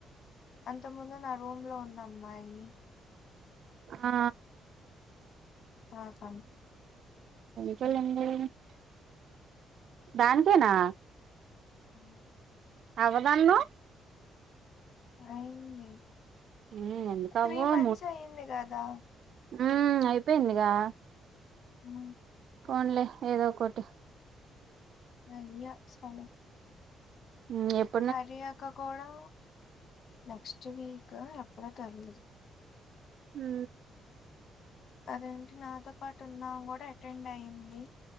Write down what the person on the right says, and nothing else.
ఆ
చెప్పలాండి దానికేనా
అవ్వదన్నవ్
మ్మ్ ఎందుకవ్వవు
ఉ అయిపోయిందిగా
ఓన్లే ఏదో ఒకటి
మ <unintelligible>
హు